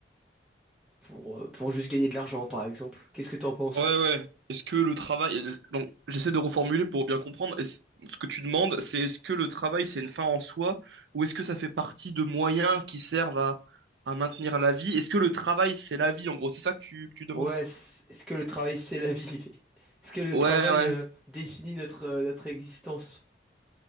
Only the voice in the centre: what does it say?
pour, euh, pour juste gagner de l'argent, par exemple? Qu'est-ce que t'en penses?
Ouais, c- est-ce que le travail, c'est la vie? <laughs> mais Est-ce que le
travail
euh, définit notre, euh, notre existence?